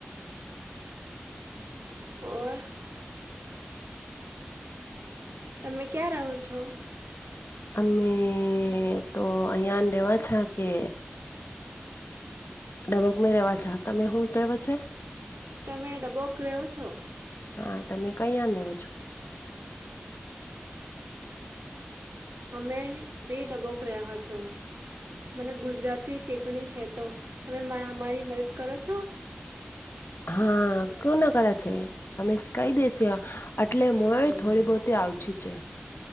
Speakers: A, on the right (about 80°); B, on the left (about 70°).
A: ઓર તમે ક્યાં રહો છો?
B: અમે તો અહીયા રેવાછા <unintelligible> કે ડઢબકમાં રવા છ તમે શું રહવ છે <unintelligible>
A: તમે ડબોક રહો છો?
B: હા તમે કઈયાને રેવો છો?
A: અમે બી ડબોક રહ્યા છો. મને ગુજરાત તી શીખણી છે. તો તમે અમારી મદદ કરો છો?
B: હા કું ના કરે છે અમે શ કઈ દે છ એટલે મોએ
A: હમ,
B: થોડી બહતી આવછી છે.